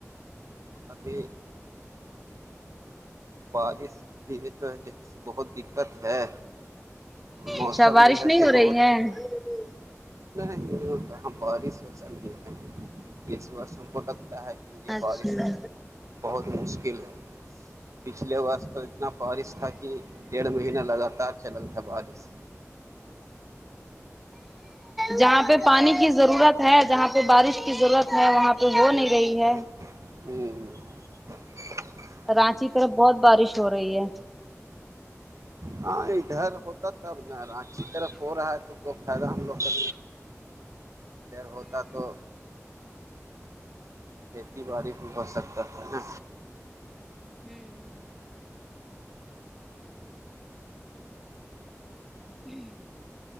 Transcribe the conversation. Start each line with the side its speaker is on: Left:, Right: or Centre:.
Right: ابھی بارش بھی تو بہت دقت ہے موسم
Centre: اچھا بارش
Right: جو ہے
Centre: نہیں
Right: س
Centre: ہو رہی
Right: بہت
Centre: ہے
Right: پر ہی سو نہیں ہے یہ سسم کو لگتا ہے کہ لیکن یہ
Centre: اچھا
Right: بارش بہت مشکل ہے پچھلے وقت تو اتنا بارش تھا کہ ڈیڑھ مہینہ لگاتار چلل تھا بارش
Centre: جہاں پہ پانی ک ضرورت ہے جہاں پہ بارش کی ضرورت ہے وہاں پہ ہو نہیں گئی ہے
Right: ہوں ہ
Centre: رانچی طرف بہت بارش ہو رہی ہے
Right: ہاں ادھر ہوتا تب ن رانچی کی طرف ہو رہا ہے تو کی فائدہ ہم لوگ کا ادھر ہوتا تو کھیتی باڑی بھی ہو سکتا تھا نا
Centre: ہوں ہوں جی